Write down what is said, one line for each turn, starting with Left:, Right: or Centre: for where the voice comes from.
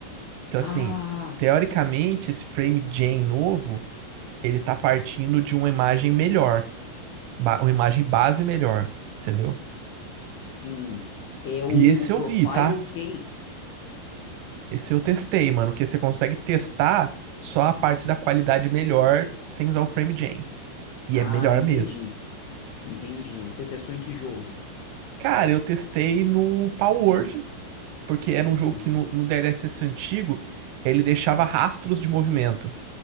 Right: Então, assim,
Left: Ah,
Right: teoricamente, esse Frame Jam novo ele tá partindo de uma imagem melhor, ba- uma imagem base melhor, entendeu?
Left: sim, é o
Right: E esse
Left: Profile
Right: eu vi, tá?
Left: Key.
Right: Esse eu testei, mano, porque você consegue testar só a parte da qualidade melhor sem usar o FrameGen. E
Left: Ah,
Right: é melhor
Left: entendi,
Right: mesmo.
Left: entendi. Você testou em que jogo?
Right: Cara, eu testei no Palworld, porque era um jogo
Left: Ah,
Right: que no, no DLSS antigo ele deixava rastros de movimento,